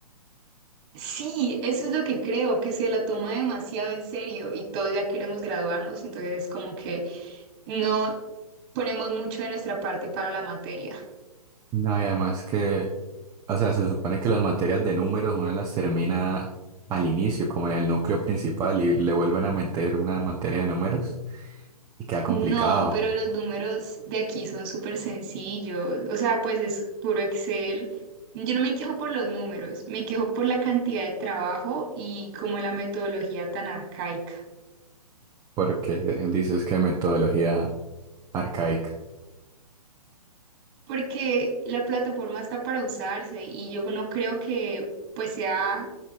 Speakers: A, on the right; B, on the right.
A: Sí, eso es lo que creo, que se lo toma demasiado en serio y todos ya queremos graduarnos, entonces como que no ponemos mucho de nuestra parte para la materia.
B: No, y además que, o sea, se supone que las materias de números una las termina al inicio, como en el núcleo principal, y le vuelven a meter una materia de números y queda complicado,
A: No, pero los números de aquí son súper sencillos, o sea, pues es puro Excel. Yo no me quejo por los números, me quejo por la cantidad de trabajo y como la metodología tan arcaica.
B: porque dices que metodología arcaica.
A: porque la plataforma está para usarse y yo no creo que pues sea